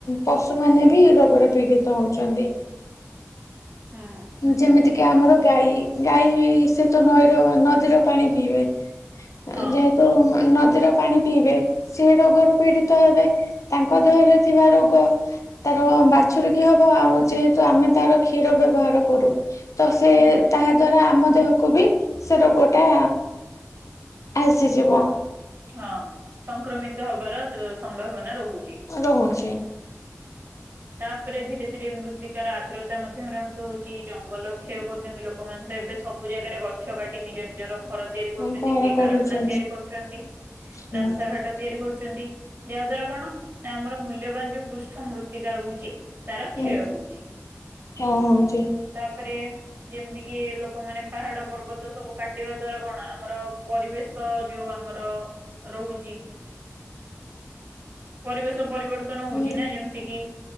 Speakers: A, on the left (about 80°); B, on the right (about 40°).
A: ପଶୁମାନେ ବି ରୋଗରେ ପୀଡିତ ହଉଛନ୍ତି।
B: ହୁଁ
A: ଯେମିତି କି ଆମର ଗାଈ ଗାଈ ସେ ତ ନଈର ନଦୀର ପାଣି ପିଇବେ
B: ହଁ
A: ଯେହେତୁ ନଦୀର ପାଣି ପିଇବେ ସେ ରୋଗରୁ ପୀଡିତ ହେବେ ତାଙ୍କ ଦେହରେ ଥିବା ରୋଗ ତାର ବାଛୁରିକି ହବ ଆଉ ଯେହେତୁ ଆମେ ତାର କ୍ଷୀର ବ୍ୟବହାର କରୁ। ତ ସେ
B: ହୁଁ
A: ତାହା ଦ୍ଵାରା ଆମ ଦେହକୁ ବି ସେ ରୋଗଟା ଆସିଯିବ।
B: ହଁ ସଂକ୍ରମିତ ହବାର ଯୋଉ ସମ୍ଭାବନା ରହୁଛି।
A: ରହୁଛି।
B: ତାପରେ ଧୀରେ ଧୀରେ ମୃତ୍ତିକାର ଆର୍ଦ୍ରତା ମଧ୍ୟ ହ୍ରାସ ହଉଛି ଜଙ୍ଗଲ କ୍ଷୟ କରୁଛନ୍ତି ଲୋକମାନେ ତ ଏବେ ସବୁ ଜାଗାରେ ଗଛ କାଟି ନିଜ ନିଜର ଘର ତିଆରି କରୁଛନ୍ତି
A: ଆଉ କଣ
B: କିଏ
A: କରୁଛନ୍ତି?
B: କାରଖାନା ତିଆରି କରୁଛନ୍ତି
A: ହୁଁ
B: ରାସ୍ତା ଘାଟ ତିଆରି କରୁଛନ୍ତି। ଯାହା ଦ୍ଵାରା କଣ ନା ଆମର ମୂଲ୍ୟବାନ ଯୋଉ ପୃଷ୍ଟ ମୃତ୍ୟୁ ତିକା ରୋହୁଚି। ତାର କ୍ଷୟ
A: ହୁଁ
B: ହଉଛି
A: ହଁ ହଉଛି।
B: ତାପରେ ଯେମିତି କିି ଲୋକମାନେ ପାହାଡ ପର୍ବତ ସବୁ କାଟିବା ଦ୍ଵାରା କଣ ଆମର ପରିବେଶ ଯୋଉ ଆମର ରୋହୁଚି ଉ ପରିବେଶ ପରିବର୍ତ୍ତନ ହଉଛି
A: ହୁଁ
B: ନା ଯେମିତି କିି?